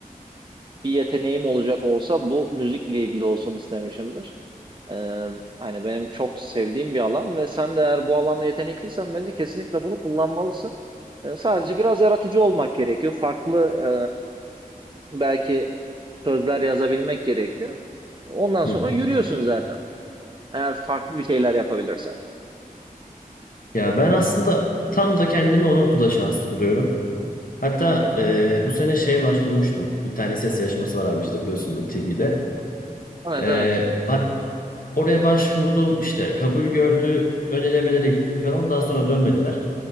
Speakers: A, on the right; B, on the left.
A: bir yeteneğim olacak olsa bu müzikle ilgili olsun istemişimdir. E, hani benim çok sevdiğim bir alan ve sen de eğer bu alanda yetenekliysen bence kesinlikle bunu kullanmalısın. E, sadece biraz yaratıcı olmak gerekiyor. Farklı e, belki sözler yazabilmek gerekiyor. Ondan sonra
B: hı hı.
A: yürüyorsun zaten. Eğer farklı bir şeyler yapabilirsen.
B: Ya ben aslında tam da kendimi o noktada şanslı buluyorum. Hatta
A: Hı hı.
B: e, bu sene şeye başvurmuştum. Bir tane ses yarışması var abi işte biliyorsundur TV'de.
A: Evet
B: E,
A: evet.
B: hat- oraya başvurdum işte kabul gördü. Ön elemelere gittim falan daha sonra dönmediler.